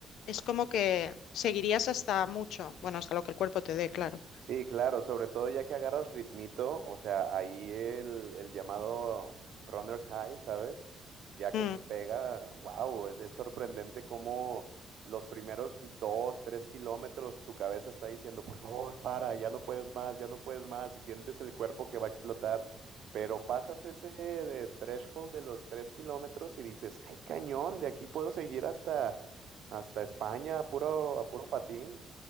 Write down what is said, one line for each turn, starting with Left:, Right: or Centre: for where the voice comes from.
Left: es como que seguirías hasta mucho, bueno, hasta lo que el cuerpo te dé, claro.
Right: Sí, claro, sobre todo ya que agarras ritmito, o sea, ahí el, el llamado runner's high, ¿sabes? Ya que
Left: Mm.
Right: te pega, wow, es, es sorprendente cómo los primeros dos, tres kilómetros tu cabeza está diciendo, por favor, para, ya no puedes más, ya no puedes más, y sientes el cuerpo que va a explotar, pero pasas ese eh, threshold de los tres kilómetros y dices, ay, cañón, de aquí puedo seguir hasta, hasta España, a puro, a puro patín,